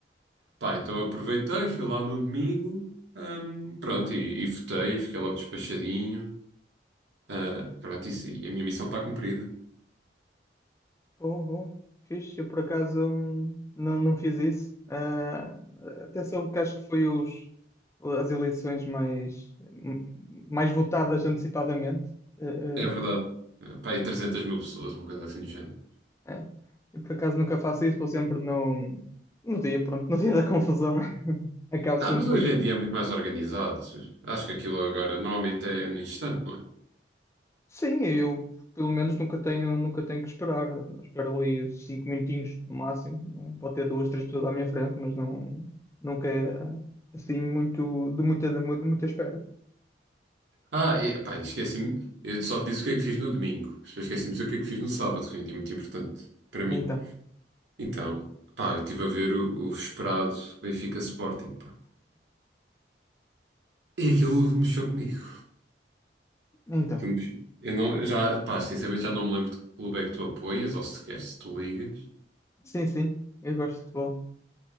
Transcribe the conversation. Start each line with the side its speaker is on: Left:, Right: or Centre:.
Right: Pá, então aproveitei, fui lá no domingo, hum, pronto, e, e votei, fiquei logo despachadinho. Ah, pronto, isso, e a minha missão está cumprida.
Left: Bom, bom. Fiz. Eu, por acaso, hum, não, não fiz isso. Ah, até soube que acho que foi os, as eleições mais, mais votadas antecipadamente. Ah,
Right: É verdade.
Left: ah,
Right: Ah, pá, e trezentas mil pessoas, uma coisa assim do género.
Left: É. Eu por acaso nunca faço isso, vou sempre no, no dia, pronto, no <laughs> dia da confusão. <laughs> Acabo
Right: Ah,
Left: sempre
Right: mas hoje
Left: por ir.
Right: em dia é muito mais organizado. Acho que aquilo agora normalmente é no instante, não é?
Left: Sim, eu pelo menos nunca tenho, nunca tenho que esperar. Espero ali cinco minutinhos no máximo. Pode ter duas, três pessoas à minha frente, mas não, nunca é assim muito de muita, de mu- de muita espera.
Right: Ah, e, pá, e esqueci-me. Eu só te disse o que é que fiz no domingo. Mas depois esqueci-me de dizer o que é que fiz no sábado, que foi um dia muito importante para mim.
Left: Então,
Right: Então, pá, eu estive a ver o, o esperado Benfica Sporting, pá. E aquilo mexeu comigo.
Left: então.
Right: Aquilo mexeu. Eu não, já, pá, sinceramente já não me lembro de que clube é que tu apoias, ou sequer se tu ligas.
Left: Sim, sim, eu gosto de futebol.